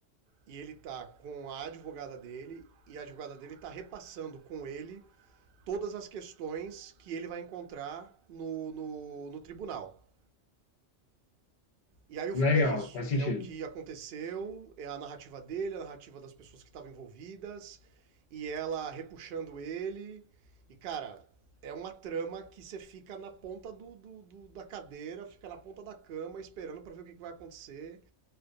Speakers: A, on the right; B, on the left.
A: E ele tá com a advogada dele e a advogada dele tá repassando com ele todas as questões que ele vai encontrar no, no, no tribunal. E aí o filme
B: Legal,
A: é isso,
B: faz sentido.
A: é o que aconteceu, é a narrativa dele, a narrativa das pessoas que estavam envolvidas, e ela repuxando ele. E, cara, é uma trama que você fica na ponta do, do- do- da cadeira, fica na ponta da cama esperando pra ver o que, que vai acontecer.